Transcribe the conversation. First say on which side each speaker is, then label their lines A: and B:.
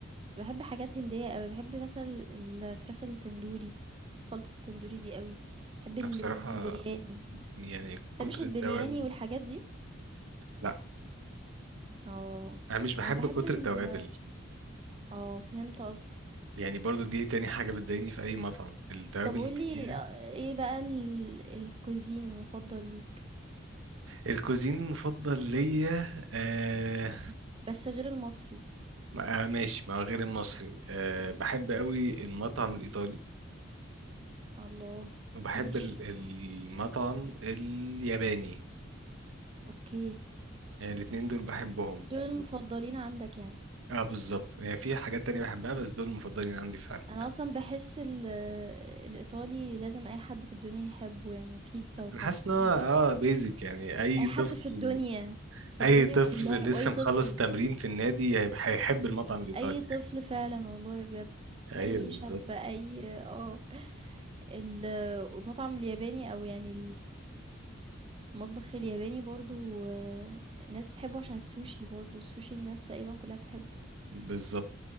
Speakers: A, on the right; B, on the right.
A: بس بحب حاجات هندية قوي بحب مثلا الفراخ التندوري بحب خلطة التندوري دي قوي بحب الرز
B: أنا بصراحة
A: البرياني
B: يعني
A: بحبش
B: كتر التوابل
A: البرياني والحاجات دي
B: لا
A: اه
B: أنا مش بحب
A: انا بحب
B: كتر
A: ال
B: التوابل
A: اه فهمت قصدك
B: يعني برضو دي تاني حاجة بتضايقني في أي مطعم التوابل
A: طب قولي
B: الكتيرة
A: آه، ايه بقى ال... الكوزين المفضل ليك
B: الكوزين المفضل ليا آه
A: مم. بس غير المصري
B: ما- آه، ماشي ما غير المصري أه بحب قوي المطعم الإيطالي
A: الله
B: وبحب
A: ماشي
B: ال- المطعم الياباني
A: اوكي
B: يعني الاتنين دول بحبهم
A: دول المفضلين عندك يعني
B: اه بالظبط يعني في حاجات تانية بحبها بس دول المفضلين عندي فعلا
A: انا اصلا بحس ال- آه، الايطالي لازم اي حد في الدنيا يحبه يعني بيتزا وباستا
B: انا حاسس ان هو
A: يعني
B: اه بيزك يعني اي
A: اي حد
B: طفل
A: في الدنيا في
B: اي
A: الدنيا
B: طفل
A: كلها
B: لسه
A: واي طفل
B: مخلص تمرين في النادي هيب- هيحب المطعم الإيطالي
A: اي طفل فعلا والله بجد
B: ايوه
A: اي
B: بالظبط
A: شاب اي اه ال- والمطعم الياباني او يعني المطبخ الياباني برضو آه، الناس بتحبه عشان السوشي برضو السوشي الناس تقريبا كلها بتحبه
B: بالظبط